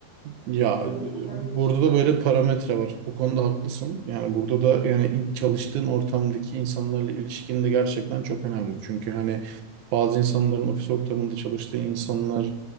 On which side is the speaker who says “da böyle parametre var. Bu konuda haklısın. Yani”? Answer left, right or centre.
Right